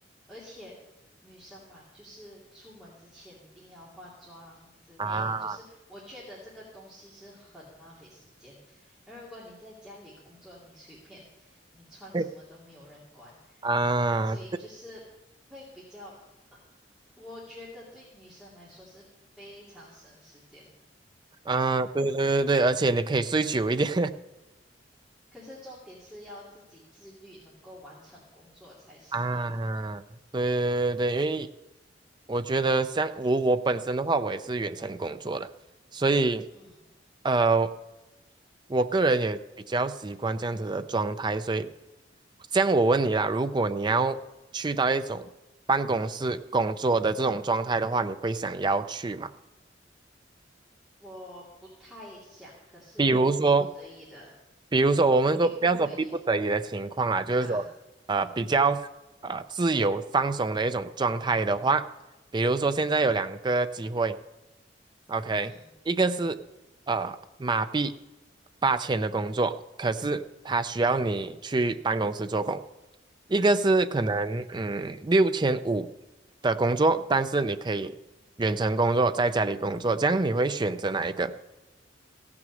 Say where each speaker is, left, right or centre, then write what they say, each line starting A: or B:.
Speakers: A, in the centre; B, on the right.
A: 而且女生嘛，就是出门之前一定要化妆之类的，
B: 啊，
A: 就是我觉得这个东西是很浪费时间。而如果你在家里工作，你随便你穿什么都没有人管，
B: 对啊，
A: 所以就是会比较，我觉得对女生来说是非常省时间的。
B: 啊，对对对对，而且你可以睡久一点
A: 可是重点是要自己自律，能够完成工作才适合。
B: <laughs> 啊，对对对，因为我觉得像我我本身的话，我也是远程工作的，所以
A: 嗯，
B: 呃，我个人也比较习惯这样子的状态，所以像我问你啦，如果你要去到一种办公室工作的这种状态的话，你会想要去吗？
A: 我不太想，可是如果逼不得已的，
B: 比如说比如说，
A: 不逼不得已
B: 我们说不要说逼不得已的情况啊，
A: <laughs> 啊，
B: 就是说，呃，比较呃自由放松的一种状态的话，比如说现在有两个机会，OK，
A: 嗯
B: 一个是呃马币八千的工作，可是它需要你去办公室做工；一个是可能嗯六千五的工作，
A: 嗯哼
B: 但是你可以远程工作，在家里工作，这样你会选择哪一个